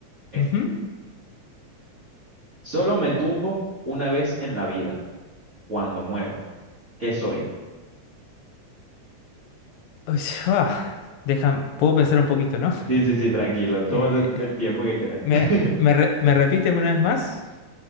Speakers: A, on the right; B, on the left.
A: esta.
B: <laughs> Ujú.
A: Solo me tumbo una vez en la vida, cuando muero. ¿Qué soy?
B: Uy, ah, deja- puedo pensar un poquito, ¿no?
A: Sí, sí, sí, tranquilo. Tómate
B: Eh,
A: el tiempo que quieras.
B: ¿me,
A: <laughs>
B: me, re- me repites una vez más?